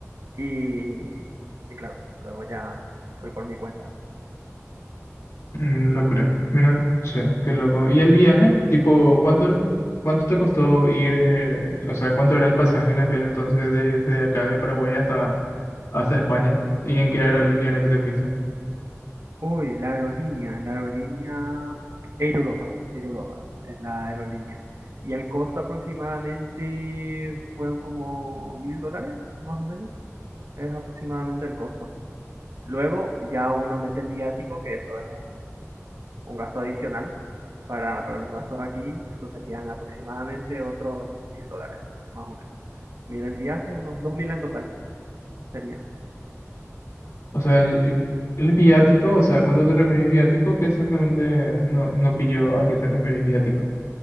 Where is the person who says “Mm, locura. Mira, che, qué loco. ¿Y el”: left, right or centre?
Left